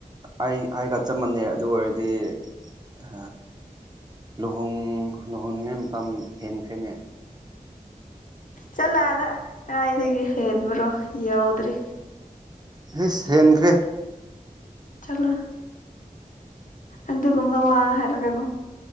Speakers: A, on the right; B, on the left.
A: ꯑꯩ ꯑꯩꯒ ꯆꯞ ꯃꯥꯟꯅꯩ ꯑꯗꯨ ꯑꯣꯏꯔꯗꯤ ꯑ ꯂꯨꯍꯣꯡ ꯂꯨꯍꯣꯡꯅꯤꯉꯥꯏ ꯃꯇꯝ ꯍꯦꯟꯈ꯭ꯔꯦꯅꯦ
B: ꯆꯠꯂꯗ ꯀꯥꯏꯗꯒꯤ ꯍꯦꯟꯦꯟꯕ꯭ꯔꯣ ꯌꯎꯗ꯭ꯔꯤ
A: ꯑꯦ ꯍꯦꯟꯈ꯭ꯔꯦ
B: ꯆꯠꯂꯣ ꯑꯗꯨꯒꯨꯝꯕ ꯋꯥ ꯍꯥꯏꯔꯒꯅꯨ